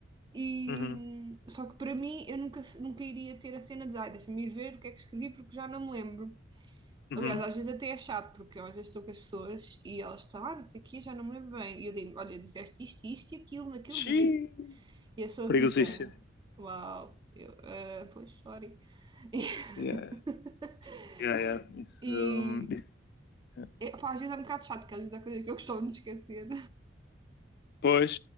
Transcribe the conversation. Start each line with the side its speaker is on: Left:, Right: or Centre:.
Right: e
Left: Uhum,
Right: só que para mim eu nunca, nunca iria ter a cena de, ai, deixa-me ir ver o que é que escrevi porque já não me lembro.
Left: uhum.
Right: Aliás, às vezes até é chato, porque eu às vezes estou com as pessoas e elas estão, ah, não sei o quê, já não me lembro bem. E eu digo, olha, disseste isto, isto e aquilo naquele
Left: Xiii.
Right: dia. E a pessoa
Left: Perigosíssimo.
Right: fica, uau, eu, "Ah, pois, sorry. <laughs>
Left: Yeah, yeah, yeah. Isso,
Right: E
Left: hum, isso. Yeah.
Right: é, pá, às vezes é um bocado chato, porque às vezes há coisas que eu costumo me esquecer.
Left: Pois,